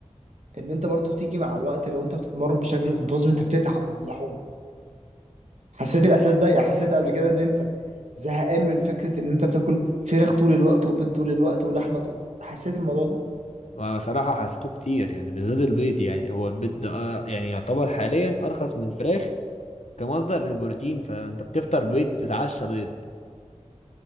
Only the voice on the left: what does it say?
ما صراحه حسيته كتير يعني بالذات البيض يعني هو البيض ده اه يعني يعتبر حاليا ارخص من الفراخ كمصدر للبروتين فانت بتفطر بيض تتعشى بيض